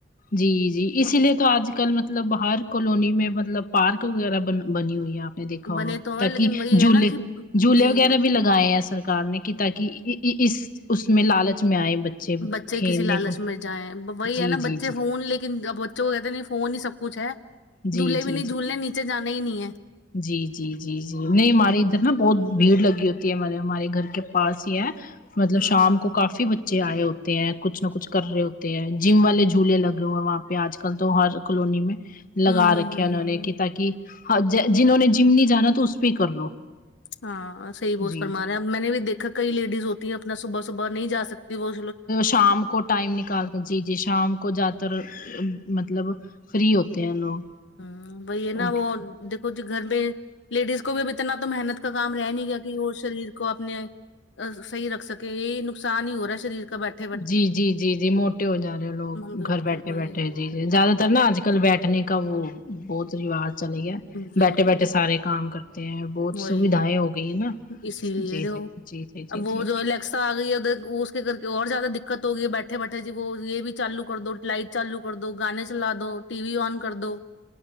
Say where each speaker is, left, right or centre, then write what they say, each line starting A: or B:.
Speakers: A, on the left (about 50°); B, on the left (about 75°).
A: جی جی اسی لیے تو اج کل مطلب ہر کالونی میں مطلب پارک وغیرہ بن بنی ہوئی ہے اب میں دیکا ہوگا
B: بنے تو
A: تاکہ
B: ہیں لیکن وہی ہے
A: جولے
B: نا کہ
A: جوولے
B: جی
A: وغیرہ بھی لگائے ہیں سرار نے کہ تاک اس اس اوس میں لالچ میں ائے بچے
B: بچے
A: کھیلنے
B: کسی لالچ
A: کو
B: میں جائیں وہی
A: جی
B: ہے نا
A: جی
B: بچے
A: جی
B: فون لے کے لیکن اب بچے کہتے ہے فون ہی سب کچ ہے
A: جی
B: جھولے بھی
A: جی
B: نہیں
A: جی
B: جھولنے نیچے جانا ہی نہیں ہے
A: جی جی جی جی نہیں ہماری ادھر نا بہت بھیڑ لگی ہوتی ہے ہمارے ہمارے گھر کے پاس ہی ہے مطلب
B: ہوں
A: شام
B: ہوں
A: کو کافی بچے آئے ہوتے ہیں کچھ نہ کچھ کر رہے ہوتے ہیں جم والے جھولے لگے ہوئے ہیں وہاں پہ اج کل تو ہر کالونی میں لگا
B: ہوں ہوں
A: رکھے
B: ہوں
A: انہوں
B: ہوں
A: نے کہ تاکہ ہا جنہوں نے جم نہیں جانا تو اس پہ ہی کر لو
B: ہاں صحیح بوس
A: جی
B: فرما رہے ہیں اپ میں نے بھی دیکھا کئی لیڈیز ہوتی ہیں اپنا صبح صبح نہیںا سکتی وہو
A: شام کو ٹائم نکالتے جی جی شام کو جات تر مطلب فری ہوتے ہیں لوگ
B: ہا بئی ہے نہ
A: ان کے
B: وہ دیکو جی گھر میں لیڈیز کو بھی اب اتنا تو محنت کا کام رہ نہیں گیا کہ وہ شریر کو اپنے صحیح رکھ سکیں یہی نقصان ہی ہو رہا ہے شریر کا بیٹ
A: جی جی جی جی موٹے ہو جا رہے ہو لوگ
B: ہم بالکل
A: گھر بیٹھے
B: وہی
A: بیٹھے جی جی زیادہ تر نا اج کل بیٹھنے کا وہ بہت رواج چلی گیا
B: بالکل
A: بیٹھے بیٹھے سارے کام کرتے ہیں بہت
B: وہی
A: سویدھائیں ہو گئی ہے نا
B: اسی لیے
A: جی
B: دیکھو
A: جی جی جی جی
B: اب وہ
A: جی
B: جو
A: جی
B: الیکسا ا گئی ہے ادھر اس کے کر کے اور زیادہ دقت ہوئی ہے بیٹھے بیٹھے جی وہ یہ بھی چالو کر دو لائٹ چالو کر دو گانے چلا دو ٹی وی ان کر دو